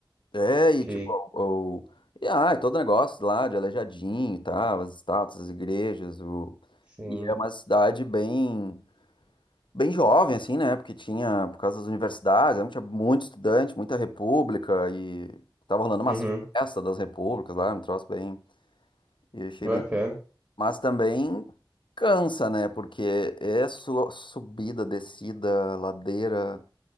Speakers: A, on the left; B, on the right.
A: É, e
B: que
A: tipo, o, o- e, ah, é todo negócio lá de Aleijadinho e tal, as estátuas, as igrejas, o...
B: sim.
A: e é uma cidade bem bem jovem, assim, né? Porque tinha, por causa das universidades, né, tinha muito estudante, muita república, e tava rolando umas
B: Uhum,
A: festas das repúblicas lá, um troço bem. E eu achei
B: bacana.
A: bem. Mas também cansa, né? Porque é su- subida, descida, ladeira,